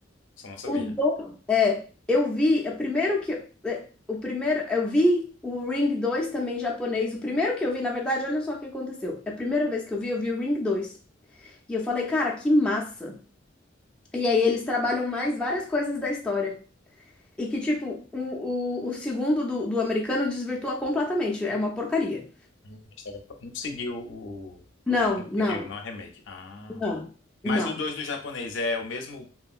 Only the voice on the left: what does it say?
só não sabia.
Hum, a história to- Não seguiu o.
Não
seguiu, não é remake. Ah.
Mas o 2 do japonês é o mesmo